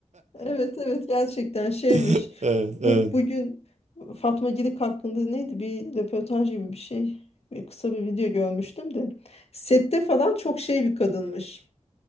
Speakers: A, on the left; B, on the right.
A: Evet, evet gerçekten şeymiş.
B: <laughs> Evet, evet,
A: Bu bugün Fatma Girik hakkında neydi? Bir röportaj gibi bir şey. Bir kısa bir video görmüştüm de. Sette falan çok şey bir kadınmış.